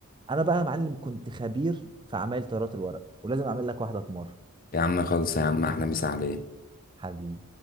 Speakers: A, on the right (about 20°); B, on the left (about 40°).
A: انا بقى يا معلم كنت خبير في عمايل طيارات الورق ولازم اعمل لك واحدة في مرة
B: يا عم خلص يا عم احلى مسا عليك
A: حبيبي